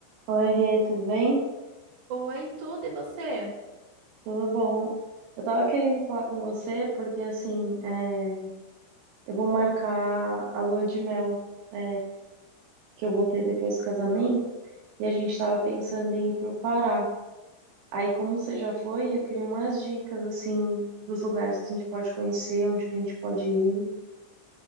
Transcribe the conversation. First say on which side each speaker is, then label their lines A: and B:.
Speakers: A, on the right (about 75°); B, on the right (about 45°).
A: Oi, Rê, tudo bem?
B: Oi, tudo e você?
A: Tudo bom? Eu tava querendo falar com você porque, assim, é, eu vou marcar a lua de mel, é, que eu vou ter depois do casamento e a gente tava pensando em ir pro Pará. Aí, como você já foi, eu queria umas dicas, assim, dos lugares que a gente pode conhecer, onde que a gente pode ir.